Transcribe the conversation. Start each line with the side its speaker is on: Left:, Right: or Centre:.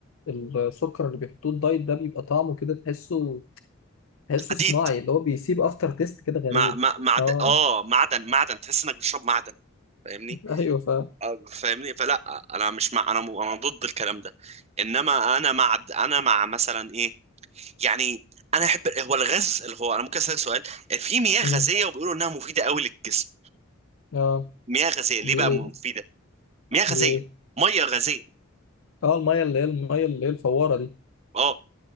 Left: ال السكر اللي بيحطوه الدايت ده بيبقى طعمه كده تحسه تحسه
Right: حديد
Left: صناعي اللي هو بيسيب افتر تيست كده غريب
Right: مع مع معد...
Left: اه
Right: اه معدن معدن تحس انك بتشرب معدن فاهمني
Left: ايوه فاهم
Right: آه، فاهمني فلا انا مش مع انا م... انا ضد الكلام ده انما انا مع انا مع مثلا ايه يعني انا احب هو الغاز اللي هو انا ممكن اسالك سؤال في مياه
Left: مم.
Right: غازيه وبيقولوا انها مفيده قوي للجسم
Left: اه
Right: مياه غازيه ليه
Left: دي
Right: بقى
Left: ايه
Right: مفيده مياه غازيه
Left: دي ايه
Right: ميه غازيه
Left: اه الميه اللي هي الميه اللي هي الفواره دي
Right: اه